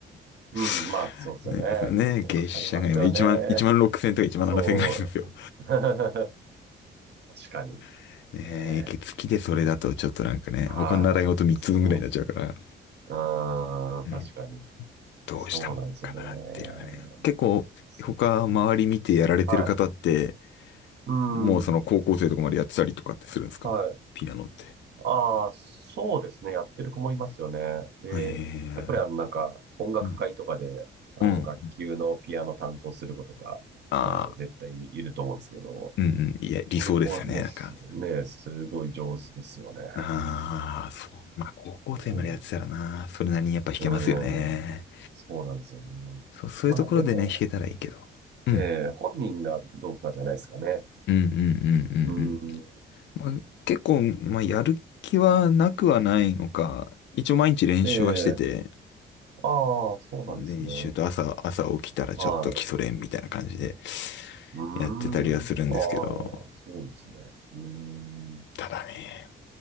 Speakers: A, on the right; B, on the left.
A: うん、
B: <laughs>
A: まあそうですよね。
B: ね、
A: 結構かかりますよね。
B: ね、月謝が今1万、1万6000とか1万7000ぐらいするんですよ。
A: そう。<laughs> 確かに。
B: <laughs> ねえ、
A: ねえ。
B: 月でそれだとちょっとなんかね、
A: はい。
B: 他の習い事3つ分ぐらいになっちゃうから、
A: そうですね。うーん、
B: うん、
A: 確かに。
B: どうしたもんかなっていうのがね。
A: そうなんですよね。
B: 結構、
A: そうか。
B: 他周り見てやられてる方って、
A: はい。うん。
B: もうその高校生とかまでやってたりとかってするんですかピアノって。
A: はい。ああ、そうですね。やってる子もいますよね。で、
B: ええ
A: やっぱりあの、なんか、音楽会とかで、
B: うん。
A: あの、
B: うん。
A: 学級のピアノ担当する子とか、
B: ああ、
A: まあね、絶対いると思うんですけど、
B: うんうん。いや、理想ですよね。
A: そういう子はもうす、
B: なんか。
A: ね、すごい上手ですよね。
B: ああ、
A: うん。
B: そう。まあ、高校生までやってたらな、
A: も
B: それなりにやっぱ弾けますよね。
A: う、うん。そうなんですよね。
B: そう、そういうところでね、
A: まあ、でも、
B: 弾けたらいいけど。うん。
A: えー本人がどうかじゃないですかね。
B: うんうんうんうんうん。
A: うん。
B: まあ、結構、まあ、やる気はなくはないのか、一応毎日練習はしてて、
A: で、ああ、そうなんですね。
B: 練習と朝、朝起きたらちょっと基礎練みたいな感じで
A: はい。うーん。
B: やってたりはするんですけど、
A: ああ、そうですね。うーん。
B: ただね、